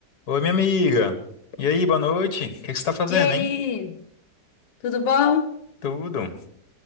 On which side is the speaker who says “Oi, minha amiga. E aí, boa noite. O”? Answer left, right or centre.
Left